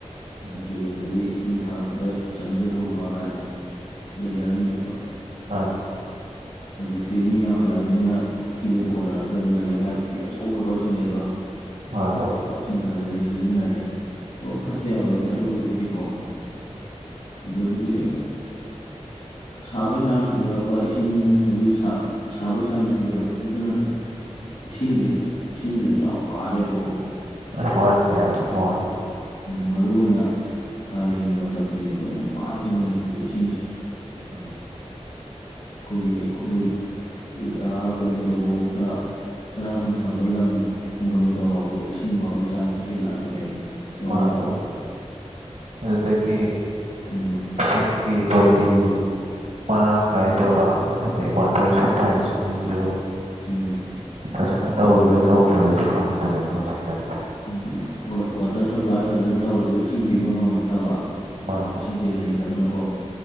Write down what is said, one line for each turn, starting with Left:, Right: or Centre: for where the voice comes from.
Right: ꯎꯝ
Left: ꯇꯨꯔꯦꯟꯒꯤ ꯏꯁꯤꯡ ꯊꯥꯔꯛ ꯗ ꯆꯪꯖꯤꯜꯍꯧꯕ ꯀꯥꯏꯅ ꯂꯩꯅꯔꯝꯃꯤꯅꯦꯕ
Right: ꯑ
Left: ꯍꯧꯖꯤꯛꯇꯤ ꯃꯤ ꯌꯥꯝꯡꯈꯠꯂꯛꯑꯕꯅꯤꯅ ꯄꯨꯈ꯭ꯔꯤꯗꯣ ꯀꯣꯟꯅꯔꯛꯇ꯭ꯔꯕꯅꯤꯅ ꯂꯩꯀꯥꯏ ꯄꯨꯈ꯭ꯔꯤ ꯑꯆꯧꯕ ꯇꯧꯁꯜꯂꯛꯑꯦꯗꯣ
Right: ꯍꯣꯏ
Left: ꯏꯁꯤꯡ ꯊꯥꯖ ꯂꯦ ꯁꯤꯖꯤꯟꯅꯔꯦ ꯑꯣ ꯐꯠꯇꯦ
Right: ꯎꯝ
Left: ꯍꯥꯏꯕ ꯅꯠꯇꯦ ꯑꯗꯨꯕꯨꯗꯤ ꯐꯩꯀꯣ
Right: <inaudible>
Left: ꯑꯗꯒꯤꯗꯤ ꯁꯥꯕꯩ ꯆꯥꯡ ꯍꯦꯟꯒꯠꯂꯛꯄ ꯏꯁꯤꯡ ꯍꯧꯖꯤꯛ ꯁꯥꯕꯩ ꯆꯥꯡꯁꯦ ꯍꯦꯟꯒꯠꯂꯛꯄꯗꯁꯨ ꯅꯠꯇꯅ ꯏꯁꯤꯡꯁꯦ ꯏꯁꯤꯡꯁꯤꯁꯨ
Right: ꯎꯝ
Left: ꯌꯥꯝ ꯋꯥꯔꯦꯕ
Right: <unintelligible>
Left: ꯃꯔꯨ ꯑꯣꯏꯅ ꯀꯥꯂꯦꯟ ꯃꯇꯝꯁꯤꯅꯦꯕ ꯌꯥꯝ ꯋꯥꯔꯤꯁꯦ ꯃꯅꯤꯄꯨꯔꯒꯤ ꯏꯁꯤꯡꯁꯦ
Right: ꯎꯝ
Left: ꯑꯩꯈꯣꯏꯒꯤ ꯍꯧꯖꯤꯛ ꯑꯥ ꯀꯩꯅꯣꯗꯕꯥꯎꯗ ꯈꯔ ꯍꯟꯊꯕ ꯂꯝ ꯈꯨꯡꯒꯪꯗ ꯐꯕꯥꯎꯗ ꯏꯁꯤꯡ ꯋꯥꯕꯒꯤ ꯆꯥꯡꯁꯤ ꯍꯦꯜꯂꯛꯑꯕꯅꯦꯕ ꯌꯧꯔꯛꯑꯕꯅꯤ
Right: ꯃꯥ ꯃꯥꯟ ꯑꯗꯨꯗꯒꯤ
Left: ꯎꯝ
Right: ꯏꯁꯤꯡꯒꯤ ꯇꯣ ꯇꯤ ꯃꯔꯥꯡ ꯀꯥꯏꯗꯕ ꯑꯗꯩ ꯋꯥꯇꯔ ꯁꯄ꯭ꯂꯥꯏꯁꯤꯡꯁꯤꯁꯨ
Left: ꯎꯝ
Right: ꯐꯖꯅ ꯇꯧꯔꯤꯕ ꯇꯧꯗ꯭ꯔꯤꯔꯁꯨ ꯈꯪꯗ꯭ꯔꯦꯗꯅ ꯍꯧꯖꯤꯛꯅ
Left: ꯎꯝ ꯍꯣꯏ ꯋꯥꯇꯔ ꯁꯄ꯭ꯂꯥꯏ ꯐꯖꯅ ꯇꯧꯔꯁꯨ ꯏꯁꯤꯡ ꯄꯤꯕ ꯉꯝꯃꯛꯇꯕ
Right: ꯃꯥꯅꯤ
Left: ꯏꯁꯤꯡꯁꯦ ꯂꯩꯇꯕꯅ